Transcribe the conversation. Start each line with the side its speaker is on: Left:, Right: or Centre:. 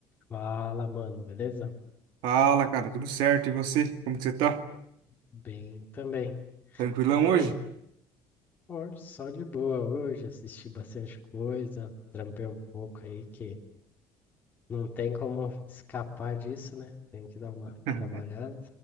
Left: Fala, mano, beleza?
Right: Fala, cara, tudo certo? E você? Como que você tá?
Left: Bem também.
Right: Tranquilão
Left: E
Right: hoje?
Left: aí? Pô, só de boa hoje, assisti bastante coisa, trampei um pouco aí que não tem como escapar disso, né? Tem que dar uma
Right: <laughs>
Left: trabalhada.